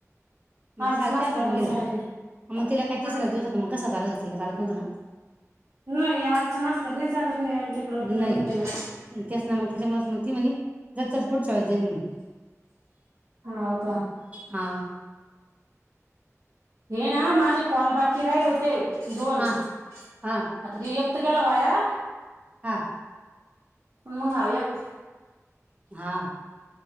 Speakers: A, on the right (about 25°); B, on the right (about 75°).
A: मग
B: अडचण
A: ते सारंच
B: असल्यावर
A: कॅन्सल होऊन
B: नाही
A: गेलं.
B: चालत नाही
A: मग तिला काय तिसरा
B: हा,
A: दिवस होता मग कसं करायचं? चालत होत तिला, चालत नव्हतं ना.
B: नाही अडचण असल्यावर नाही चालत. नाही तिकडं गणपतीला
A: नही तेच ना, मग तेच्यामुळच मग ती म्हणे, जात्सल पुढच्या वेळीस जाईन म्हणे.
B: हा ओ का.
A: हा.
B: हे ना. माझे कॉल बाकी राहिले होते दोन
A: हा
B: आता
A: हा
B: तो एक. तर गेला वाया.
A: हा.
B: पण मग हा एक.
A: हा.